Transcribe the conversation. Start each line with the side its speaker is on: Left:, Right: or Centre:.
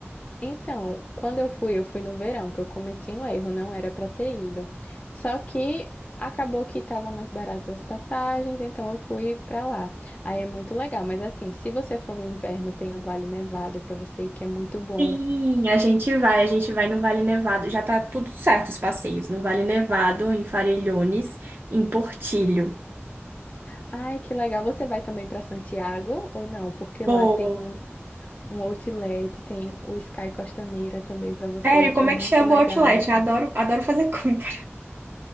Left: Então, quando eu fui, eu fui no verão, que eu cometi um erro, não era pra ter ido. Só que acabou que tava mais barato as passagens, então eu fui pra lá. Aí é muito legal, mas assim, se você for no inverno, tem o Vale Nevado pra você ir, que é muito bom.
Right: Sim, a gente vai, a gente vai no Vale Nevado. Já tá tudo certo os passeios, no Vale Nevado, em Farellones, em Portillo.
Left: Ai, que legal. Você vai também para Santiago ou não? Porque
Right: Boa.
Left: lá tem um um outlet, tem o Sky Costaneira também para você
Right: Sério,
Left: ir, que
Right: como
Left: é muito
Right: é que chama
Left: legal.
Right: o outlet? Eu adoro, adoro fazer <laughs> compra.